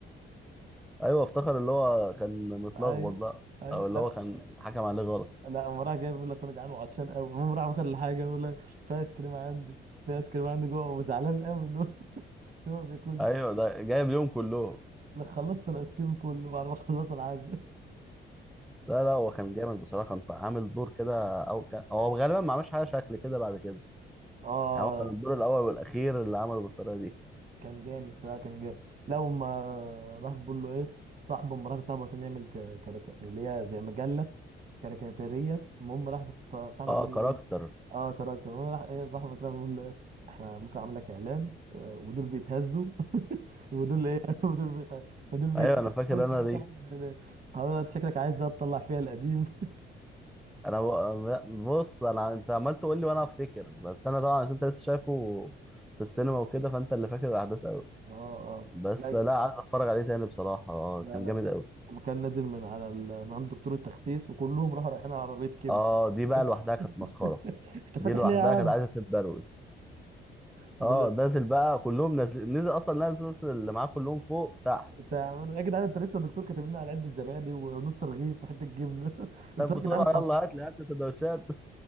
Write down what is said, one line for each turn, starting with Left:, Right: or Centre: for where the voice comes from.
Centre: أيوة افتكر اللي هو كان متلخبط
Right: ايوه
Centre: بقى
Right: ايوه
Centre: أو اللي
Right: <laughs> لا
Centre: هو كان حكم عليه غلط
Right: لا اما راح جاي بيقول لك انا جعان وعطشان قوي المهم راح واخد الحاجه بيقول لك في ايس كريم عندي في ايس كريم عندي جوه وزعلان قوي ان هو <laughs> إن هو ما بياكلش
Centre: أيوة ده جايب اليوم كله
Right: لك خلصت الايس كريم كله بعد ما خلص العزاء
Centre: لا لا هو كان جامد بصراحة كان عامل دور كده أو كان هو غالبا ما عملش حاجة شكل كده بعد كده
Right: اه
Centre: يعني هو كان الدور الأول والأخير اللي عمله بالطريقة دي
Right: كان جامد لا كان جامد لا وما راح بيقول له ايه صاحبه مرات صاحبه عشان يعمل ك- كاريكا- اللي هي زي مجله كاريكاتيريه المهم راح بت- صاحبك
Centre: اه
Right: ده بيقول
Centre: كاركتر
Right: اه كاركتر المهم راح ايه صاحبك ده بيقول له إيه، احنا ممكن اعمل لك اعلان آه، ودول بيتهزوا <laughs> ودول ايه <laughs> ودول بيت... ودول بيتهزوا
Centre: ايوه انا فاكر
Right: وانت
Centre: انا
Right: كده
Centre: دي
Right: تعمل إعلانات. آه، انت شكلك عايز بقى تطلع فيها القديم <laughs>
Centre: انا ب- بص انا انت عمال تقول لي وانا افتكر بس انا طبعا عشان انت لسه شايفه في السينما وكده فانت اللي فاكر الاحداث قوي
Right: اه اه
Centre: بس
Right: لا
Centre: لا عايز اتفرج عليه تاني بصراحه اه
Right: لا
Centre: كان
Right: لا
Centre: جامد قوي
Right: وكان نازل من على ال... من عند دكتور التخسيس وكلهم راحوا رايحين على عربيه كبد
Centre: اه دي بقى
Right: <laughs>
Centre: لوحدها كانت مسخره
Right: انت
Centre: دي
Right: فاتح
Centre: لوحدها
Right: ليه يا عم؟
Centre: كانت عايزه تتبروس
Right: بقول
Centre: اه
Right: له
Centre: نازل بقى كلهم نازل نزل اصلا نازل أصلاً اللي معاه كلهم فوق تحت
Right: انت عامل- يا جدعان انت لسه الدكتور كاتب لنا على علبه زبادي ونص رغيف وحته جبنه <laughs> انتوا
Centre: طب بسرعه
Right: يا جدعان
Centre: يلا هات لي هات لي سندوتشات